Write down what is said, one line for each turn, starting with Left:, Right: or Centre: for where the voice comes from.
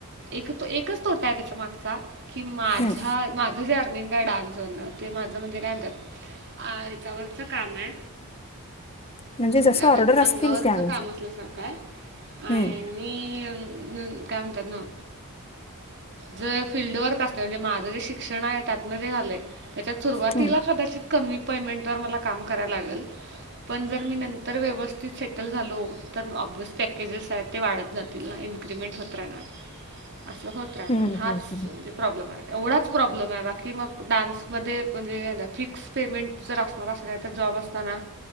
Right: एक तो एकच तोटा आहे त्याच्या मागचा कि माझ्या
Left: हम्म
Right: माझ तुझे अर्निंग काय डान्स <unintelligible> ते माझं म्हणजे काय म्हतात आणि जवळच काम हे
Left: म्हणजे जसं
Right: काय
Left: ऑर्डर
Right: म्हणतात ते
Left: असतील
Right: अंगावरच
Left: त्यानुसार
Right: काम असल्यासारखं आहे, आणि
Left: हम्म
Right: मी उम काय म्हणतात ना जर फिल्ड वर्क असले म्हणजे मा शिक्षण आहे त्यातन जे झालंय त्याच्यात सुरुवातीला
Left: हम्म
Right: कमी पेमेंटवर मला काम करायला लागलं, पण जर मी नतंर व्यवस्थित त सेटल झालो तर ऑब्वियस पॅकेजेस आहेत ते वाढत जातील ना इन्क्रीिमेंट होत राहणार असं होत राहनार
Left: हम्म
Right: हाच
Left: हम्म हम्म
Right: जे प्रॉब्लेम आहे, एवढाच प्रॉब्लेम आहे, बाकी मग डान्समध्ये म्हणजे आता फिक्स पेमेंट जर असणार असं काय तर जॉब असंत ना